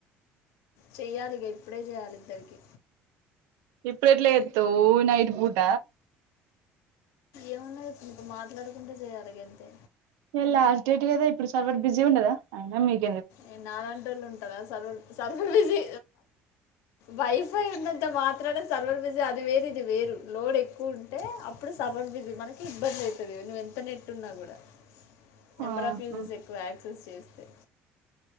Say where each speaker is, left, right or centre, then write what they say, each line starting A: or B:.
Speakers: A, on the left (about 80°); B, on the right (about 80°).
A: చెయ్యాలిక ఇప్పుడే చెయాలి ఇద్దరికి
B: ఇప్పుడెట్లా చేత్తావు నైట్ పూట
A: ఏమున్నా ఇప్పుడు ఇప్పుడు మాట్లాడుకుంటా చేయాలి గాంతే
B: ఏ లాస్ట్ డేట్ కదా ఇప్పుడు సర్వర్ బిజీ ఉండదా అయినా మీకు
A: ఏ నాలంటోళ్ళు ఉంటారా సర్వర్ సర్వర్ బిజీ వైఫై ఉన్నంత మాత్రన సర్వర్ బిజీ అది వేరు ఇది వేరు లోడ్ ఎక్కువ ఉంటే అప్ప్ అప్పుడు సర్వర్ బిజీ మనకి ఇబ్బంది అయితాది నువ్వు ఎంత నెట్టు ఉన్నా కూడా నెంబర్
B: ఆహా
A: ఆఫ్ యూజెస్ ఎక్కువ యాక్సెస్ చేస్తే